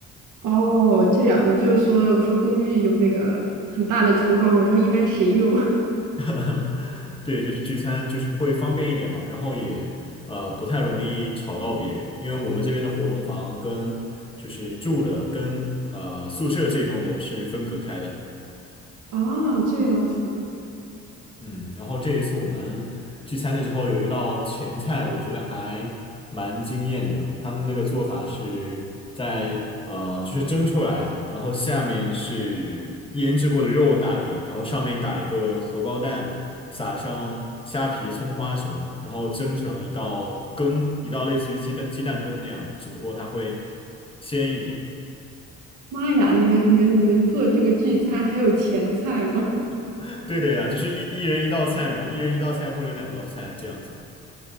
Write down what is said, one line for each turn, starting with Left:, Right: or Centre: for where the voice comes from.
Right: 哦，这样我就说，我说公寓有那个很大的厨房，我说一般谁用？
Left: <laughs> 对，就是聚餐，就是会方便一点嘛，然后也呃不太容易吵到别人，因为我们这边的活动房跟就是住的跟呃宿舍这一栋楼是分隔开的。
Right: <laughs> 哦，这样子。
Left: 嗯，然后这一次我们聚餐的时候有一道前菜，我觉得还蛮惊艳的。他们那个做法是在呃，就是蒸出来的，然后下面是腌制过的肉打底，然后上面打一个荷包蛋，撒上虾皮、葱花什么的，然后蒸成一道羹，一道类似于鸡蛋鸡蛋羹那样的，只不过它会鲜一点。
Right: 妈呀，你们你们你们做这个聚餐还有前菜吗？<laughs>
Left: <laughs> 对的呀，就是一一人一道菜嘛，一人一道菜或者两道菜这样子。